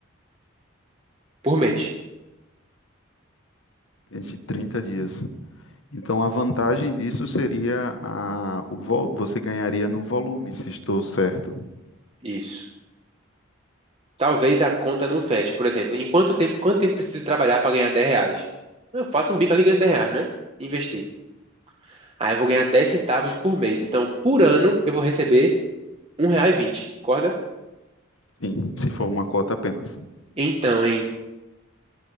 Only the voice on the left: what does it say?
entre 30 dias. Então, a vantagem disso seria a, o, vol- você ganharia no volume, se estou certo.
Sim, se for uma cota apenas.